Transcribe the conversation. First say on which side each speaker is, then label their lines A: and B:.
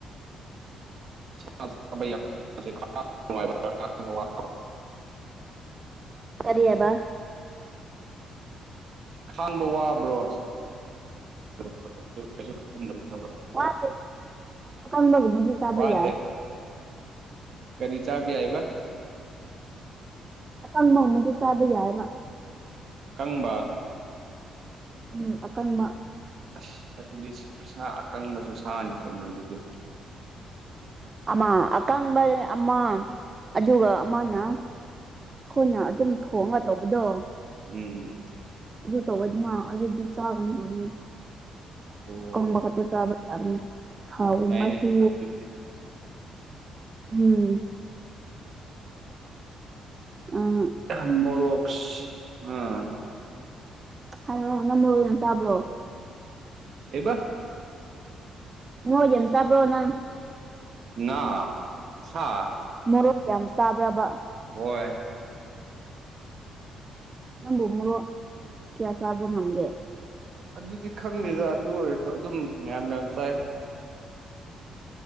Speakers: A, on the right; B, on the right.
A: <unintelligible>
B: ꯀꯔꯤꯌꯥꯕ
A: ꯈꯥꯡꯕ ꯋꯥꯕ꯭ꯔꯣ <unintelligible>
B: ꯋꯥꯗꯦ
A: <unintelligible>
B: ꯑꯀꯪꯕꯒꯨꯝꯕꯗꯤ ꯆꯥꯕ
A: ꯋꯥꯗꯦ
B: ꯌꯥꯏ
A: ꯀꯔꯤ ꯆꯥꯕꯥ ꯌꯥꯏꯕ
B: ꯑꯀꯪꯕꯥꯒꯨꯃꯕꯗꯤ ꯆꯥꯕ ꯌꯥꯏꯌꯦꯕ
A: ꯑꯀꯪꯕ
B: ꯎꯝ ꯑꯀꯪꯕ
A: ꯑꯁ ꯑꯗꯨꯗꯤ ꯁꯥ ꯑꯀꯪꯕꯁꯨ ꯁꯥꯅꯤ ꯀꯩꯅꯣ ꯑꯗꯨꯗꯤ
B: ꯑꯃ ꯑꯀꯪꯕ ꯑꯃ ꯑꯗꯨꯒ ꯑꯃꯅ ꯑꯩꯈꯣꯏꯅ ꯑꯗꯨꯝ ꯊꯣꯡꯒ ꯇꯧꯕꯗꯣ
A: ꯎꯝ ꯎꯝ
B: ꯑꯗꯨ ꯇꯧꯔꯦꯗꯅ ꯑꯗꯨꯗꯤ ꯆꯥꯒꯅ ꯍꯥꯏꯕꯅꯤ
A: ꯑꯣ
B: ꯀꯪꯕ ꯈꯛꯇ ꯆꯥꯕ ꯌꯥꯝ ꯊꯥꯎꯒꯨꯝꯕꯁꯨ
A: ꯌꯥꯏꯅꯦ ꯑꯗꯨꯗꯤ
B: ꯎꯝ ꯑꯡ
A: ꯃꯣꯔꯣꯛꯁ ꯎꯝ
B: ꯍꯥꯏꯔꯣ ꯅꯪ ꯃꯣꯔꯣꯛ ꯌꯥꯝ ꯆꯕ꯭ꯔꯣ
A: ꯀꯩꯕ
B: ꯃꯣ ꯌꯥꯝ ꯆꯕꯔꯣ ꯅꯪ
A: ꯉꯥ ꯁꯥ
B: ꯃꯣꯔꯣꯛ ꯌꯥꯝ ꯆꯥꯕ꯭ꯔꯕ
A: ꯑꯣꯏ
B: ꯅꯪꯕꯨ ꯃꯣꯔꯣꯛ ꯀꯌꯥ ꯆꯥꯕꯥ ꯉꯝꯒꯦ
A: ꯑꯗꯨꯗꯤ ꯈꯪꯗꯦꯗ ꯑꯗꯨ ꯑꯣꯏꯔꯁꯨ ꯑꯗꯨꯝ ꯃꯌꯥꯝ ꯃꯥꯌꯥꯝ ꯆꯥꯏ